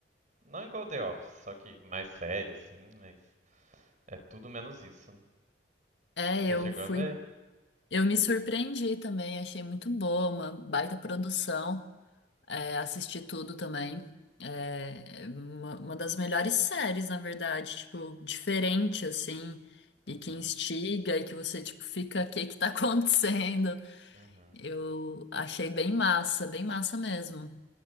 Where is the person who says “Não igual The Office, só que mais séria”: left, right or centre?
Right